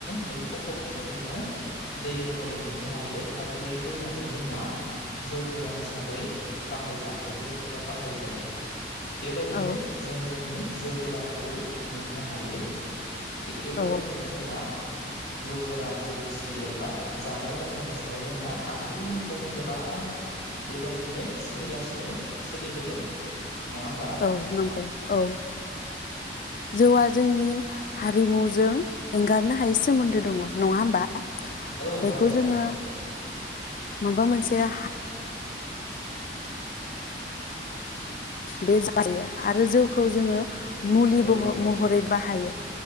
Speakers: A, on the left; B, on the left.
A: बै खफ'खौनो जोङो दै महरै मोननो हायो आरो बै दैयानो जोंना जौ गोरान हिसाबै बाहायजाबोदों एबा बाहायजायो बेबायदिनो
B: औ
A: जों जोंनि जौ गोरानखौ मोननो हायो थिग बेफोरबायदिनो
B: औ
A: जोंना जौ गोरान जौगिसि एबा जानाय लोंनायनि सायाव जोंहा आगुनिफ्रायनो गोबां बेबायदिनो सोलिगासिनो सोलिबोदों होमबा
B: औ नंगौ औ जौआ जोंनि हारिमु जों एंगारनो हायै सोमोन्दो दङ नङा होमबा
A: औ
B: बेखौ
A: दङ
B: जोङो
A: दङ दङ
B: माबा मोनसेया बे जायो आरो जौखौ जोङो मुलि
A: औ बाहायजायो
B: महरै बाहायो
A: औ